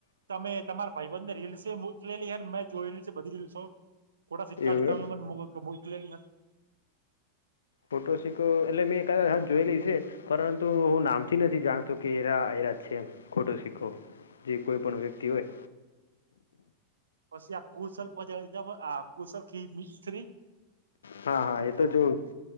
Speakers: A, on the right; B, on the left.
A: તમે તમારા ભાઈ બંધને રીલસે મુકલેલી હે મેં જોયેલી છે બધી રીલ્સો ખોડા સિક્કાન
B: એવું
A: તમે
B: એમ
A: મને મોયક મોકલેલી હતી.
B: ખોટો સિક્કો એટલે મેં કદાચ હા જોયેલી છે. પરંતુ હું નામથી નથી જાણતો કે એરા એરા જ છે ખોટો સિક્કો. જે કોઈ પણ વ્યક્તિ હોય
A: પછી આ કુશલ પછ જ જબ આ કુશલ ખી મિસ્ત્રી
B: હા હા એ તો જોવું